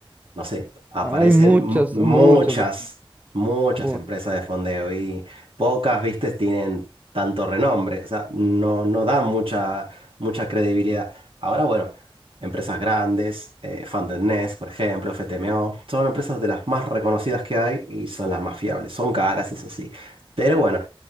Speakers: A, on the right; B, on the right.
A: no sé, aparecen
B: hay muchas,
A: m- muchas,
B: muchas de...
A: muchas
B: muchas.
A: empresas de fondeo y pocas, viste, tienen tanto renombre, o sea, no, no dan mucha, mucha credibilidad. Ahora, bueno, empresas grandes, eh, Fundednest, por ejemplo, FTMO, son empresas de las más reconocidas que hay y son las más fiables, son caras, eso sí, pero bueno.